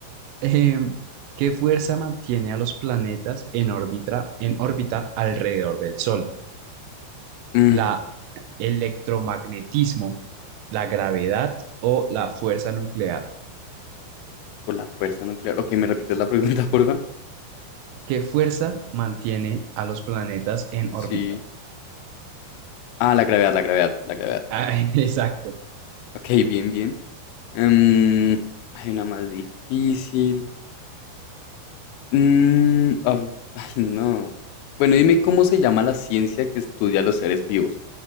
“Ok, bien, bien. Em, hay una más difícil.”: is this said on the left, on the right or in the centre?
Left